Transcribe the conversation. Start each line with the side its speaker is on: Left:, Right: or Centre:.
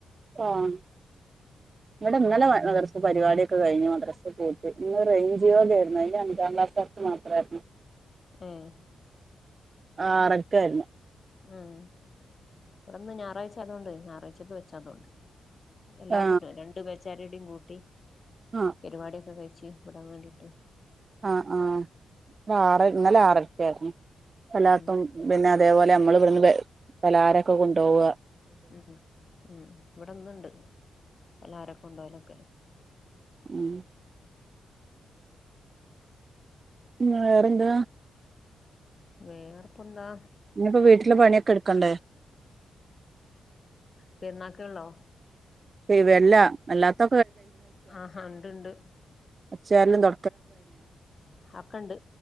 Right: ആം ഇവിടെ ഇന്നലെ മദ്രസ പരിപാടിയൊക്കെ കഴിഞ്ഞ് മദ്രസ പോയിട്ട് ഇന്ന് റേഞ്ച്യോന്റയിരുന്നു അയിന്റെ അഞ്ചംക്ലാസ്സ്കാർക്ക് മാത്രമായിരു
Left: ഉം
Right: ആറര്ക്കായിരുന്നു
Left: ഉം ഇവിടെന്ന് ഞായറാഴ്ച ആയതോണ്ട് ഞായറാഴ്ചൊക്കെ വെച്ചാ അതൊണ്ട് എല്ലാ
Right: ആ
Left: കൂട്ടാരും രണ്ടുബേച്ചും ചരിടിം കൂട്ടി
Right: ആ
Left: പരിപാടിയൊക്കെ കഴിച്ച് വിടാൻ വേണ്ടിട്ട്
Right: ആ ആ ഇവിടെ ആറ് ഇന്നലെ ആറര്ക്ക് ആയിരുന്നു അല്ലാത്തും
Left: ഉം
Right: പിന്നെ അതേപോലെ നമ്മൾ ഇവിടുന്ന് വേ പലഹാരൊക്കെ കൊണ്ടോവാ
Left: ഉം ഉം മം ഇവടന്ന്ണ്ട് പലാഹാരം കൊണ്ടോലക്കെ
Right: ഉം പിന്നെ വേറെന്താ?
Left: വേറെപ്പന്താ
Right: ഇനിയിപ്പൊ വീട്ടില് പണിയ എടുക്കണ്ടേ?
Left: പെരുന്നക്കെയള്ളോ?
Right: ഇവല്ല അല്ലാത്ത
Left: ആഹാ ഉണ്ട്ണ്ട്
Right: അടിച്ചുവാരലും തൊ
Left: അക്കെണ്ട്